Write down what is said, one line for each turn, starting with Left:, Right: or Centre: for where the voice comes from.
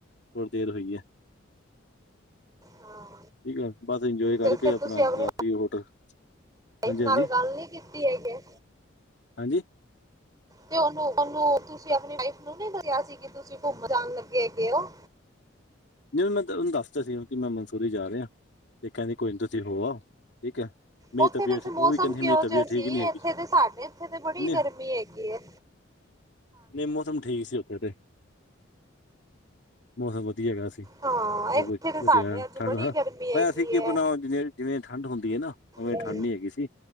Left: ਹੋਰ ਦੇਰ ਹੋਈ ਹੈ।
Right: ਹਾਂ
Left: ਠੀਕ ਆ, ਬਸ ਇੰਜੋਏ ਕਰਕੇ
Right: ਤੇ ਫਿਰ
Left: ਅਪਣਾ
Right: ਤੁਸੀਂ ਆਪਣੀ
Left: ਰਾਤੀ ਹੋਟਲ
Right: ਵਾਈਫ
Left: ਹਾਂਜੀ ਹਾਂਜੀ
Right: ਨਾਲ ਗਾ ਗੱਲ ਨੀ ਕੀਤ ਤੀ ਹੈ ਗੈ।
Left: ਹਾਂਜੀ।
Right: ਤੇ ਓਨੂੰ ਓਨੂੰ ਤੁਸੀਂ ਆਪਣੀ ਵਾਈਫ ਨੂੰ ਨੀ ਦੱਰਿਆ ਸੀ ਕਿ ਤੁਸੀਂ ਘੁੰਮ ਜਾਣ ਲੱਗੇ ਹੈਗੇ ਔ।
Left: ਨਹੀਂ ਔਨ ਮੈਂ ਤੇ ਓਨੂੰ ਦੱਸਤਾ ਸੀ ਕਿ ਮੈਂ ਮਨਸੂਰੀ ਜਾ ਰੇਆ ਤੇ ਕੈੰਦੀ ਕੋਈ ਨੀ ਤੁਸੀਂ ਹੋ ਆਔ, ਠੀਕ ਹੈ। ਮੇਰੀ
Right: ਓਥੇ
Left: ਤਬੀਅਤ
Right: ਵੈਸੇ
Left: ਠੀਕ
Right: ਮੌਸਮ
Left: ਉਹ ਵੀ ਕਹਿੰਦੀ
Right: ਕਿਹੋ
Left: ਮੇਰੀ ਤਬੀਅਤ
Right: ਜਾ
Left: ਠੀਕ
Right: ਸੀ?
Left: ਨਹੀਂ ਹੈਗੀ
Right: ਏਥੇ ਤੇ ਸਾਡੇ ਇੱਥੇ ਤੇ ਬੜੀ
Left: ਨਹੀਂ
Right: ਗਰਮੀ ਹੈਗੀ ਐਂ।
Left: ਨਹੀਂ, ਮੌਸਮ ਠੀਕ ਸੀ ਉੱਥੇ ਤੇ। ਮੌਸਮ ਵਧੀਆ ਹੈਗਾ ਸੀ ਸਭ
Right: ਹਾਂ ਇੱਥੇ
Left: ਕੁਛ
Right: ਤੇ
Left: ਵਧੀਆ
Right: ਸਾਡੇ ਅੱਜ
Left: ਠੰਡ
Right: ਬੜੀ
Left: ਠਹਾ
Right: ਗਰਮੀ ਹੈਗੀ
Left: ਐ ਸੀਂ ਕੀ
Right: ਹੈ।
Left: ਅਪਣਾ ਜਨੇ ਜਿਵੇਂ ਠੰਢ ਹੁੰਦੀ ਐ ਨਾ ਉਵੇਂ
Right: ਹੂੰ
Left: ਠੰਡ ਨੀ ਹੈਗੀ ਸੀ।